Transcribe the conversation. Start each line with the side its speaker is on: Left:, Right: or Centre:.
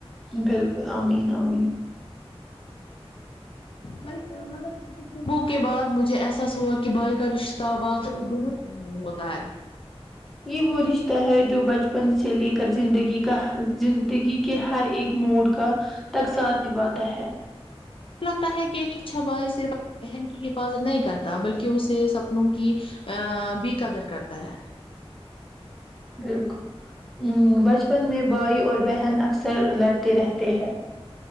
Centre: بالکل امین امین
Left: مطلب کے گفتگو کے بعد مجھے احساس ہوا کہ بائی کا رشتہ واقعی بہت انمول ہوتا ہے
Centre: یہ وہ رشتہ ہے جو بچپن سے لے کر زندگی کا زندگی کہ ہر ایک موڑ کا تک ساتھ نبھاتا ہے
Left: مھ لگتا ہے کہ ایک اچھا بھائی صرف اپنی بہن کی حفاظت نہیں کرتا بلکہ اسے سپنوں کی ا بھی قدر کرتا ہے
Centre: بالکل بچپن میں بھائی اور بہن اکثر لڑتے رہتے ہیں